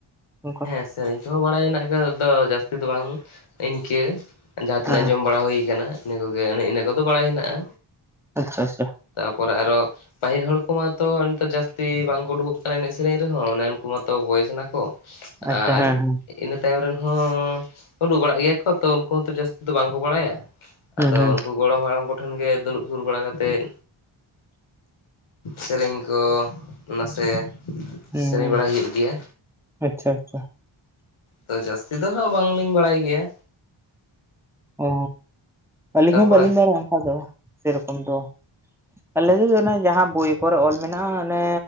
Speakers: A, in the centre; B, on the left.
A: ᱦ
B: ᱦᱮᱸ ᱥᱮᱨᱮᱧ ᱠᱚᱦᱚᱸ ᱵᱟᱲᱟᱭ ᱦᱮᱱᱟᱜ ᱠᱟᱱᱟ ᱫᱚ ᱡᱟᱹᱥᱛᱤ ᱫᱚ ᱵᱟᱝ ᱤᱱᱠᱟᱹ ᱡᱟᱦᱟᱸ ᱛᱤᱱᱟᱹᱜ
A: ᱦᱮᱸ
B: ᱟᱸᱡᱚᱢ ᱵᱟᱲᱟ ᱦᱩᱭ ᱠᱟᱱᱟ ᱤᱱᱟᱹ ᱠᱚᱜᱮ ᱤᱱᱟᱹ ᱠᱚᱫᱚ ᱵᱟᱲᱟᱭ ᱦᱮᱱᱟᱜᱼᱟ
A: ᱟᱪᱪᱷᱟ ᱟᱪᱪᱷᱟ
B: ᱛᱟᱯᱚᱨᱮ ᱟᱨᱚ ᱯᱟᱦᱤᱞ ᱦᱚᱲ ᱠᱚᱢᱟᱛᱚ ᱤᱱᱠᱟᱹ ᱡᱟᱹᱥᱛᱤ ᱵᱟᱝᱠᱚ ᱩᱰᱩᱠᱚᱜ ᱠᱟᱱᱟ ᱮᱱᱮᱡ ᱥᱮᱨᱮᱧ ᱨᱮᱦᱚᱸ ᱚᱱᱮ ᱩᱱᱠᱩ ᱢᱟᱛᱚ ᱵᱚᱭᱮᱥ ᱱᱟᱠᱚ ᱮᱱᱟᱠᱚ ᱟᱨ
A: ᱟᱪᱪᱷᱟ ᱦᱮᱸ ᱦᱮᱸ
B: ᱤᱱᱟᱹ ᱛᱟᱭᱚᱢ ᱨᱮᱱ ᱦᱚᱸ ᱩᱰᱩᱠ ᱵᱟᱲᱟᱜ ᱜᱮᱭᱟ ᱠᱚ ᱛᱚ ᱠᱚ ᱛᱚ ᱡᱟᱹᱥᱛᱤ ᱫᱚ ᱵᱟᱝᱠᱚ ᱵᱟᱲᱟᱭᱟ
A: ᱦᱩᱸ
B: ᱟᱫᱚ
A: ᱦᱩᱸ
B: ᱩᱱᱠᱩ ᱜᱚᱲᱚᱢ ᱦᱟᱲᱟᱢ ᱠᱚᱴᱷᱮᱱ ᱜᱮ ᱫᱩᱲᱩᱵ ᱥᱩᱨ ᱵᱟᱲᱟ ᱠᱟᱛᱮᱫ ᱥᱮᱨᱮᱧ ᱠᱚ ᱱᱟᱥᱮ
A: ᱦᱩᱸ
B: ᱥᱮᱨᱮᱧ ᱵᱟᱲᱟᱭ ᱦᱩᱭᱩᱜ ᱜᱮᱭᱟ
A: ᱟᱪᱪᱷᱟ ᱟᱪᱪᱷᱟ
B: ᱛᱚ ᱡᱟᱹᱥᱛᱤ ᱫᱚ ᱦᱟᱸᱜ ᱵᱟᱝᱞᱤᱧ ᱵᱟᱲᱟᱭ ᱜᱮᱭᱟ
A: ᱚ ᱟᱹᱞᱤᱧ
B: ᱛᱟᱯᱚᱨᱮ
A: ᱦᱚᱸ ᱵᱟᱹᱞᱤᱧ ᱵᱟᱲᱟᱭᱟ ᱚᱱᱠᱟ ᱫᱚ ᱥᱮᱨᱚᱠᱚᱢ ᱫᱚ ᱟᱞᱮ ᱫᱚ ᱚᱱᱮ ᱡᱟᱦᱟᱸ ᱵᱚᱭ ᱠᱚᱨᱮ ᱚᱞ ᱢᱮᱱᱟᱜᱼᱟ